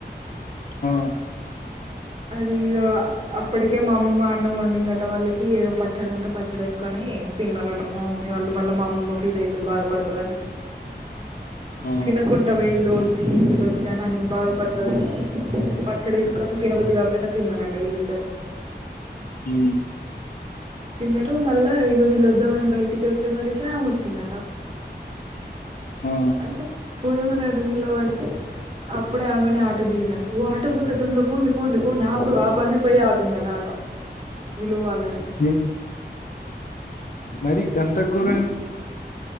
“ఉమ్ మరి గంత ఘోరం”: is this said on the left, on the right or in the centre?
Left